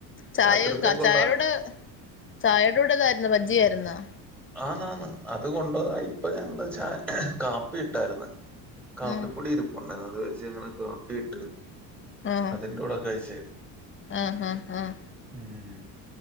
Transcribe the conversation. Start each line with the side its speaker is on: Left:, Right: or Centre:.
Left: ചായൊക്കെ
Centre: രാത്രിത്തേക്കുള്ള
Left: കാച്ച ചായുട് ചായയുടെ കൂടെ എന്തായിരുന്നു ബജ്ജി ആയിര്ന്നാ
Centre: ആന്ന് ആന്ന് അത് കൊണ്ട് താ ഇപ്പൊ ഞങ്ങള് ചാ കാപ്പി ഇട്ടായിര്ന്ന് കാപ്പിപ്പൊടി
Left: ഉം
Centre: ഇരിപ്പുണ്ടായിരുന്നു അത് വെച്ച് ഞങ്ങള് കാപ്പിയിട്ട്.
Left: ആഹ്
Centre: അതിന്റെ കൂടെ കഴിച്ച്
Left: ആഹ് ആഹ് ആഹ്
Centre: ഉം